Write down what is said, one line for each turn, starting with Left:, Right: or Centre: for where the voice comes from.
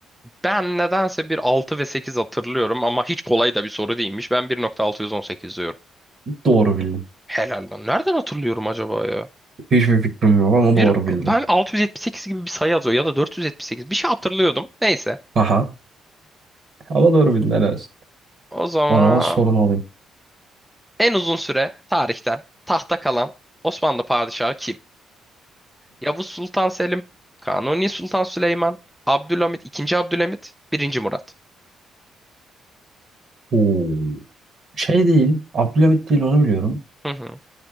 Centre: Ben nedense bir 6 ve 8 hatırlıyorum ama hiç kolay da bir soru değilmiş. Ben bir nokta altı yüz on sekiz diyorum.
Right: Doğru bildim.
Centre: Helal lan. Nereden hatırlıyorum acaba ya?
Right: Hiçbir fikrim yok ama
Centre: Bir
Right: doğru bildim.
Centre: ben 678 gibi bir sayı yazıyor ya da 478 bir şey hatırlıyordum. Neyse.
Right: Aha. Ama doğru bildin helal olsun.
Centre: O zaman
Right: O zaman sorunu alayım.
Centre: en uzun süre tarihten tahta kalan Osmanlı padişahı kim? Yavuz Sultan Selim, Kanuni Sultan Süleyman, Abdülhamit, II. Abdülhamit, Birinci Murat.
Right: Oo. Şey değil, Abdülhamit değil onu biliyorum.
Centre: Hı hı.